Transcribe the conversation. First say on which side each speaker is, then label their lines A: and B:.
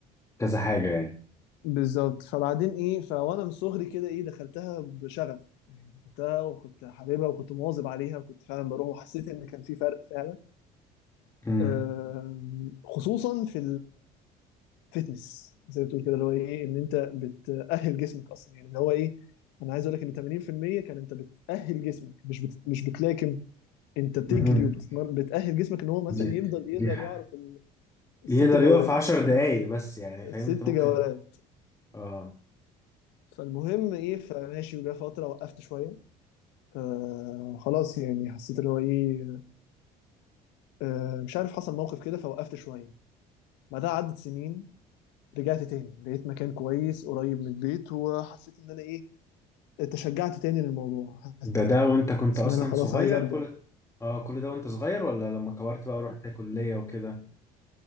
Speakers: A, on the left; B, on the left.
A: كذا حاجة يعني
B: بالظبط فبعدين ايه فوانا من صغري كده ايه دخلتها بشغف يعني دخلتها وكنت حاببها وكنت مواظب عليها وكنت فعلا بروح وحسيت ان كان في فرق فعلا
A: امم
B: آم، خصوصا في الفتنس زي ما بتقول كده اللي هو ايه ان انت بتأهل جسمك اصلا يعني اللي هو ايه انا عايز اقول لك ان 80% كان انت بتأهل جسمك مش بت... مش بتلاكم انت بتجري
A: امم
B: وبتتمرن بتأهل جسمك ان هو مثلا
A: دي
B: يفضل يقدر
A: دي ح-
B: يعرف ال- الست
A: يقدر
B: جولات
A: يقف عشر دقايق بس يعني
B: الست
A: فاهم انت ممكن
B: جولات
A: اه
B: فالمهم ايه فماشي وجا فتره وقفت شويه آه خلاص يعني حسيت ان هو ايه آه مش عارف حصل موقف كده فوقفت شويه بعدها عدت سنين رجعت تاني لقيت مكان كويس قريب من البيت وحسيت ان انا ايه تشجعت تاني للموضوع حسيت
A: ده ده وانت كنت اصلا
B: ان انا خلاص
A: صغير
B: عايز ارجع
A: كل اه كل ده وانت صغير ولا لما كبرت بقى ورحت كلية وكده